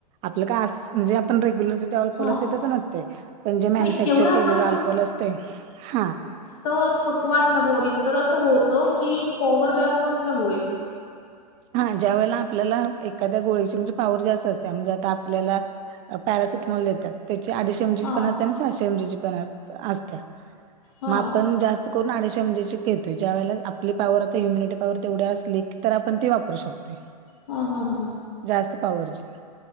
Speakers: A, on the right; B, on the left.
A: आपलं काय असं, म्हणजे आपण रेग्युलरच अल्कोहोल
B: हा
A: असतय तसं नसतय, जे मॅनुफॅक्चर
B: नाही तेवढं आपण
A: केलेलं अल्कोहोल असतय. हा
B: तो थकवा असला बॉडीत तर असं होतं, की पॉवर जास्त असल्यामुळे?
A: हा ज्या वेळेला आपल्याला एखाद्या गोळीची म्हणजे पाॅवर जास्त असततीया, म्हणजे आता आपल्याला पॅरासिटमॉल देत्यात त्येच्या आधी एम, जी
B: हा
A: ची पण असत्या, आणि सहाशे एम, जी ची पण असत्या
B: हा
A: मग आपण जास्त करून आडीचशे एम, जी ची घेतोय ज्या वळेला आप आपली पावर आता इम्युनिटी पॉवर तेवढ्या असली तर आपण ती वापरू शकतोय.
B: हा हा हा.
A: जास्त पावरची.